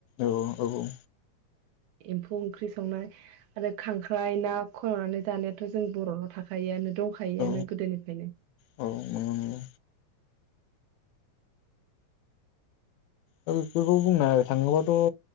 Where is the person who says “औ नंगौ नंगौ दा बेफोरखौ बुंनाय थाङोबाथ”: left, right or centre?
Left